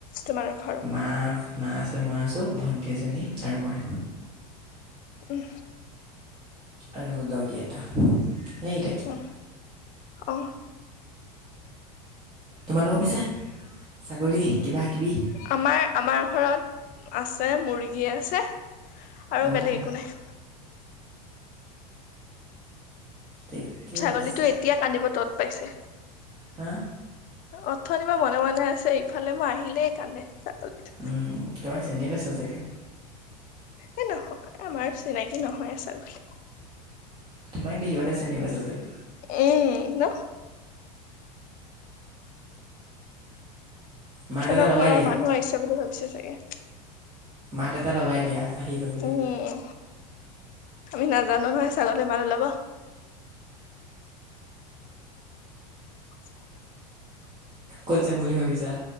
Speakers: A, on the left (about 40°); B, on the right (about 25°).
A: তোমাৰ ঘৰত?
B: মা মা আছে মই আছোঁ ভণ্টি এজনী আৰু মই।
A: উম
B: আৰু দগি এটা সেইকেইটাই
A: উম, অ
B: তোমালোকৰ পিছে ছাগলী কিবা কিবি
A: আমাৰ আমাৰ ঘৰত আছে মুৰ্গীয়ে আছে আৰু
B: অঁ
A: বেলেগ একো নাই।
B: ঠিকেই
A: ছাগলীটো
B: আছে
A: এতিয়া কান্দিব তত পাইছে।
B: হা
A: অথনিবা মনে মনে আছেই ইফালে মই আহিলেই কান্দে ছাগলীটো
B: উম, তোমাক চিনি পাইছা চাগে
A: এ নহয় আমাৰ চিনাকি নহয়ে ছাগলী
B: তোমাক দেখি পেলাই চিনি পাইছা চাগে
A: উম ন
B: মাত
A: সিহঁতৰ
B: এটা লগাই
A: ঘৰৰ
B: দিয়া
A: মানুহ আহিছে বুলি ভাবিছে চাগে
B: মাত এটা লগাই দিয়া আহিলো বুলি
A: উম, আমি নাজানো নহয় ছাগলী মাত উলাব <inaudible>
B: ক'ত যাম বুলি ভাবিছা